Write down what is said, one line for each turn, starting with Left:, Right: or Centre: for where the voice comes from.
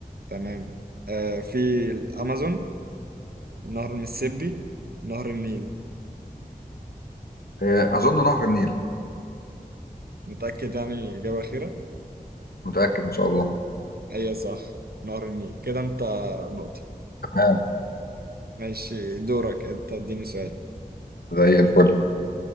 Right: تمام آه في الأمازون نهر المسيسيبي نهر النيل
Left: آه، أظن نهر النيل
Right: متأكد يعني إجابة أخيرة
Left: متأكد إن شاء الله
Right: هي صح نهر النيل كده أنت نقطة
Left: تمام
Right: ماشي دورك أنت اديني سؤال
Left: زي الفل